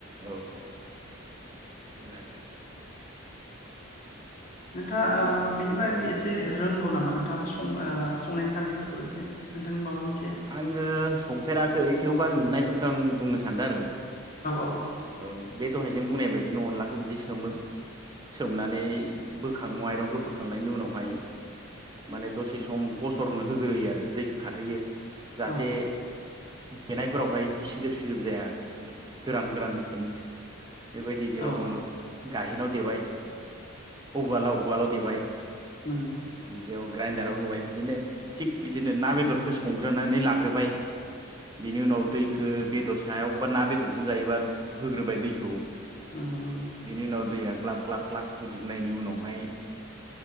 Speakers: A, on the right; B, on the left.
A: औ जागोन।
B: नोंथाङा ओ
A: बे
B: बेनि बागै
A: औ
B: एसे रोंगौ नाम नोंथाङाबो सं ओ संनायनि खानथिफोरखौ माबा मोन
A: आङो संफेराखै थेवबो आं नुनायफोरखो आं बुंनो सानदों आरो
B: औ
A: औ बे दहाय नों बुंनाय बायदिनो अनलाखौ बिदि सोमो सोमनानै बोखाङो माइरंखौ बोखांनायनि उनावहाय माने दसे सम गसरनो होग्रोयो आरो दैखो खारहोयो। जाहाथे
B: औ
A: देनायफोरावहाय गिसिदोब सिदोब जाया गोरान गोरान जानायनि बेबायदि जेरै
B: औ
A: अन गाहेनाव देबाय अ उवालाव उवालाव देबाय
B: नंगौ
A: बिदियाव ग्राइन्दाराव होबाय बिदिनो थिक बिदिनो ना बेदरखो सं नानै लाग्रोबाय बिनि उनाव दैखौ बेदर सायाव बा ना बेदरजों जायोबा होग्रोबाय दैखौ
B: नंगौ नंगौ
A: बिनि उनाव दैया ग्लाब ग्लाब ग्लाब गुदुंनायनि उनावहाय